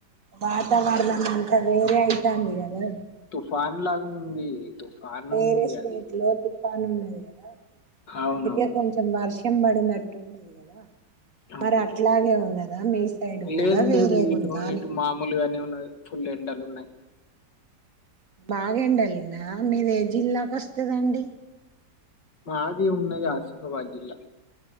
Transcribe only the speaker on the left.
ఫాన్ లాగా ఉంది తుఫాను
ఉంది
అది
అవునవును
ఆ
లేదు
లేదు ఇటు
ఇటు మామూలుగానే ఉన్నాయి ఫుల్ ఎండలు ఉన్నాయి
మాది ఉన్నద ఆసిఫాబాద్ జిల్లా